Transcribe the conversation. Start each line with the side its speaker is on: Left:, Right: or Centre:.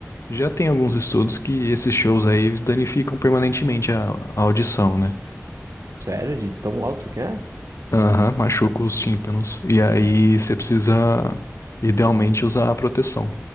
Left: já tem alguns estudos que esses shows aí eles danificam permanentemente a, a audição, né?
Right: Sério? De tão alto que é?
Left: Aham, machuca os tímpanos. E aí você precisa idealmente usar a proteção.